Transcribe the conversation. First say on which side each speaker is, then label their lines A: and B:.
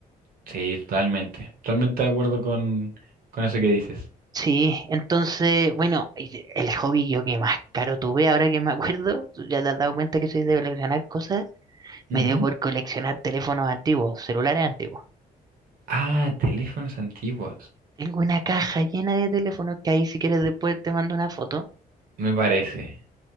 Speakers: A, on the right (about 70°); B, on the right (about 25°).
A: sí, totalmente, totalmente de acuerdo con, con eso que dices.
B: Sí, entonces, bueno, y de- el hobby yo que más caro tuve, ahora que me acuerdo, ya te has dado cuenta que soy de coleccionar cosas, Me
A: Ujú.
B: dio por coleccionar teléfonos antiguos, celulares antiguos.
A: Ah, teléfonos antiguos,
B: Tengo una caja llena de teléfonos que ahí si quieres después te mando una foto,
A: me parece.